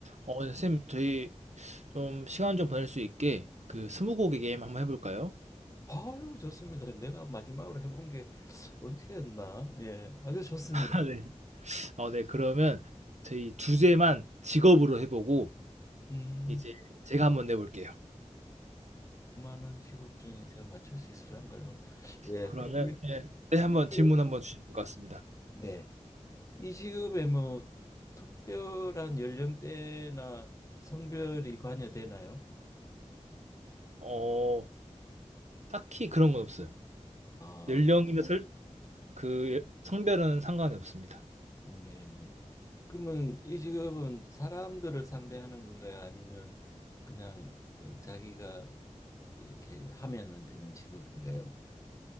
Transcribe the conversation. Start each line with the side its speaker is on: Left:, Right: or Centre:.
Right: 어, 네, 쌤, 저희 좀 시간 좀 보낼 수 있게 그 스무고개 게임 한번 해볼까요?
Left: 아유, 좋습니다. 내가 마지막으로 해본 게 언제였나? 예, 아주 좋습니다.
Right: <laughs> 아, 네. 어, 네, 그러면 저희 주제만 직업으로 해보고
Left: 음,
Right: 이제 제가 한번 내볼게요.
Left: 그만원 직업 중에 제가 맞출 수 있을런가요? 예,
Right: 그러면
Left: 그리고
Right: 네, 네, 한번
Left: 직업,
Right: 질문 한번 주시면 될 것 같습니다.
Left: 네. 이 직업에 뭐 특별한 연령대나 성별이 관여되나요?
Right: 어, 딱히 그런 건 없어요.
Left: 아,
Right: 연령이나 설, 그 예- 성별은 상관이 없습니다.
Left: 네네. 그러면 이 직업은 사람들을 상대하는 건가요? 아니면 그냥 어, 자기가 어, 이렇게 하면은 되는 직업인가요?